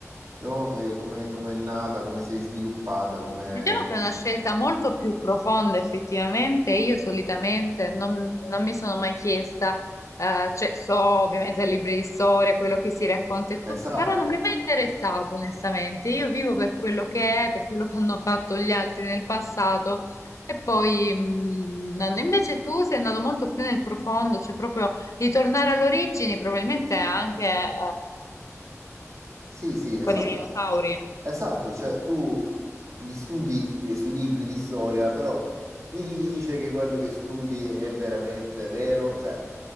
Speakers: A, on the right (about 70°); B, on the left (about 70°).
A: no? Eh, come, come è nata, come si è sviluppata, come...
B: Diciamo che è una scelta molto più profonda effettivamente, io solitamente non, non mi sono mai chiesta, eh, cioè so ovviamente ai libri di storia, quello che si racconta e
A: Esatto,
B: tutto, però non mi è mai interessato onestamente, io vivo per quello che è, per quello che hanno fatto gli altri nel passato e poi mh, non- invece tu sei andato molto più nel profondo, cioè proprio ritornare alle origini, probabilmente anche eh,
A: sì, sì, esatto.
B: con i dinosauri.
A: Esatto, cioè tu li studi eh, sui libri di storia, però chi ti dice che quello che studi è veramente vero? Cioè,